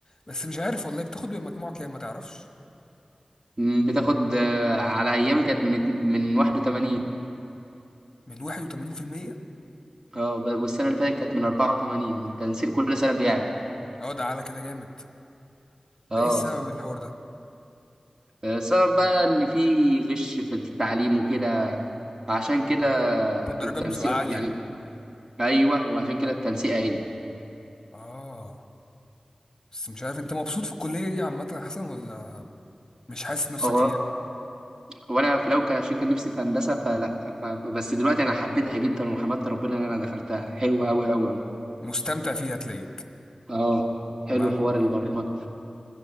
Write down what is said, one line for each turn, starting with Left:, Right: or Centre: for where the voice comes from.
Left: بس مش عارف والله بتاخد بمجموع كام ما تعرفش
Right: مم، بتاخد آه، على ايامي كانت من اتن- من 81%
Left: من 81%
Right: اه ب- والسنه اللي فاتت كانت من 84 تنسيق كل سنه بيعلى
Left: اه ده على كده جامد
Right: اه
Left: ده ايه السبب الحوار ده
Right: آه، السبب بقى ان في غش في التعليم وكده عشان كده
Left: ما الدرجات
Right: التنسيق
Left: بتبقى عاليه
Right: يعني ايوه وعشان كده التنسيق عالي
Left: اه بس مش عارف انت مبسوط في الكليه دي عامه يا حسن ولا مش حاسس نفسك
Right: هو-
Left: فيها
Right: وانا في الاول كان عشان كان نفسي في هندسه فلا ف... بس دلوقتي انا حبيتها جدا وحمدت ربنا ان انا دخلتها حلوه قوي قوي قوي
Left: مستمتع فيها هتلاقيك
Right: اه حلو
Left: ما اه
Right: حوار البرمجه